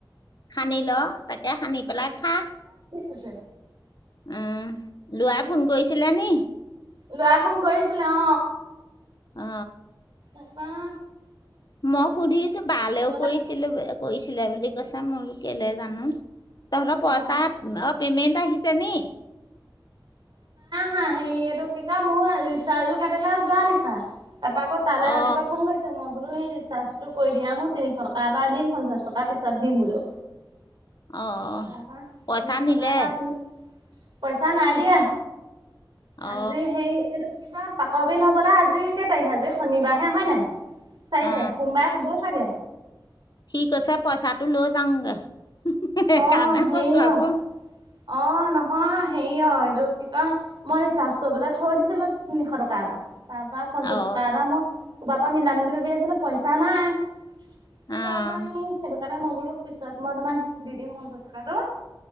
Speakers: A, on the left; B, on the right.
A: সানি ল, তাকে সানি পেলাই খা।
B: আছে।
A: উম, লোৱাই ফোন কৰিছিলে নি?
B: ল'ৰাই ফোন কৰিছিলে, অ।
A: অ।
B: তাপা
A: মই সুধিছো বালেও
B: লাগিব
A: কৈছিলো, কৈছিল ছিলে বুলি কৈছে মই বোলে কেলে জানো, তহঁতৰ পইচা
B: অ'
A: অ পেমেন্ট আহিছে নি?
B: হা হেৰিটো কি কয় মোৰ ৰিচাৰ্জো কাটিলে যোৱা নিশাই তাৰপৰা আকৌ কাইলে ৰাতিপুৱা
A: অ
B: ফোন কৰিছে মোক বোলো সেই ৰিচাৰ্জটো কৰি দিয়া হো তিনিশ টকা এটা দিম পঞ্চাশ টকাৰ পিছত দিম বোলো।
A: অ, অ,
B: তাৰপা
A: পইচা
B: তিনিশ টকা
A: নিলে?
B: এটা অথনি পইচা নাই দিয়া,
A: অ
B: আজি হেৰি এইটো কি কয় পাতৰ বিল হবলৈ আজি কেই তাৰিখ, আজি শনিবাৰ হে হয় নাই? চাৰি
A: অ
B: তাৰিখ, সোমবাৰে হ'ব চাগে।
A: সি কৈছে পইচাটো লৈ যাওঁনগে। সেই
B: অ
A: কাৰণে
B: হেৰি
A: কৈছো আকৌ।
B: অ অ, নহয় হেৰি অ এইটো কি কয় মই ৰিচাৰ্জ কৰিবলৈ থৈ দিছিলো তিনিশ টকা এটা। তাৰপা পঞ্চাছ
A: অ
B: টকা এটা মই কবাৰ পৰা মিলাম বুলি ভাবি আছিলো, পইচা নাই। তাৰপা
A: অ
B: <unintelligible> সেইটো কাৰণে মই বোলো পিছত মই তোমাক দি দিম পঞ্চাছ টকাটো।